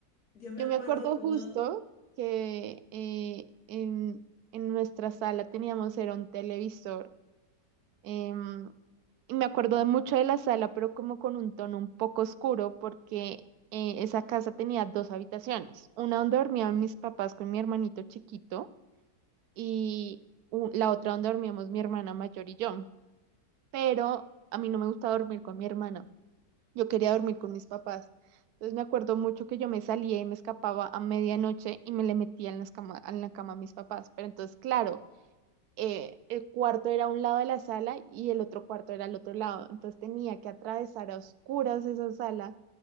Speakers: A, on the left; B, on the right.
A: yo me
B: Yo
A: acuerdo
B: me acuerdo
A: que uno,
B: justo que eh, en, en nuestra sala teníamos, era un televisor Em, y me acuerdo de mucho de la sala, pero como con un tono un poco oscuro, porque eh, esa casa tenía dos habitaciones, una donde dormían mis papás con mi hermanito chiquito y u- la otra donde dormíamos mi hermana mayor y yo. Pero a mí no me gustaba dormir con mi hermana, yo quería dormir con mis papás. Entonces me acuerdo mucho que yo me salía y me escapaba a medianoche y me le metía en las cama- en la cama a mis papás. Pero entonces, claro eh, el cuarto era un lado de la sala y el otro cuarto era al otro lado. Entonces tenía que atravesar a oscuras esa sala